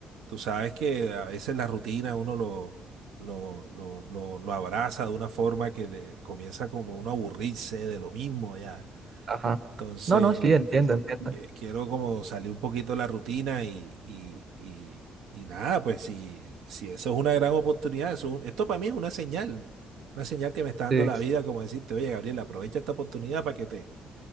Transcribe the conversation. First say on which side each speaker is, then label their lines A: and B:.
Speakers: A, on the right (about 80°); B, on the right (about 35°).
A: tú sabes que a veces la rutina uno lo, lo, lo, lo, lo abraza de una forma que le comienza como uno a aburrirse de lo mismo ya.
B: Ajá.
A: Entonces,
B: No, no, sí, entiendo, entiendo.
A: que- quiero como salir un poquito de la rutina y, y, y- y nada, pues si, si eso es una gran oportunidad, eso es un- esto para mí es una señal, una señal que me está dando
B: Sí,
A: la vida, como decirte, oye, Gabriel, aprovecha esta oportunidad para que te,